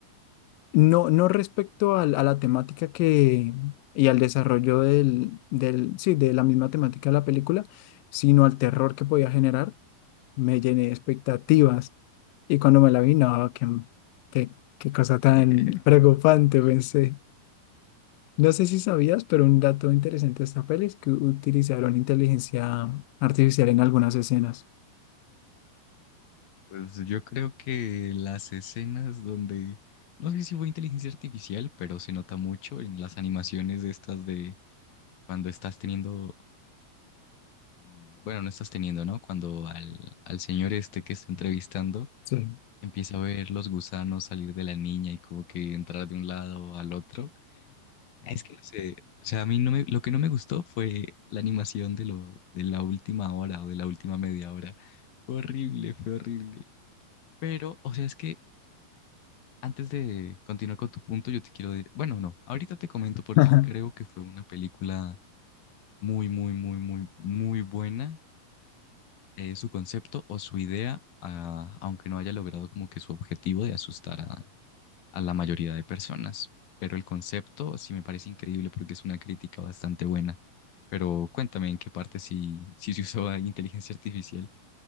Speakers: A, on the left (about 80°); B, on the left (about 65°).
A: no, no respecto al- a la temática que... y al desarrollo del, del, sí, de la misma temática de la película, sino al terror que podía generar me llené de expectativas. Y cuando me la vi, no, qué, qué, qué cosa tan
B: <laughs>
A: preocupante, pensé. No sé si sabías, pero un dato interesante de esta peli es que utilizaron inteligencia artificial en algunas escenas.
B: Pues yo creo que las escenas donde, no sé si fue inteligencia artificial, pero se nota mucho en las animaciones de estas de cuando estás teniendo, mm, bueno, no estás teniendo, ¿no? Cuando al, al señor este que está entrevistando
A: Sí.
B: empieza a ver los gusanos salir de la niña y como que entrar de un lado al otro. Es que no sé, o sea, a mí no me, lo que no me gustó fue la animación de lo, de la última hora o de la última media hora. Fue horrible, fue horrible. Pero, o sea, es que antes de continuar con tu punto, yo te quiero decir, bueno, no, ahorita te comento porque
A: Ajá.
B: creo
A: <laughs>
B: que fue una película muy, muy, muy, muy, muy buena, eh, su concepto o su idea, ah, aunque no haya logrado como que su objetivo de asustar a, a la mayoría de personas. Pero el concepto sí me parece increíble porque es una crítica bastante buena. Pero cuéntame en qué parte sí, sí se usó la inteligencia artificial.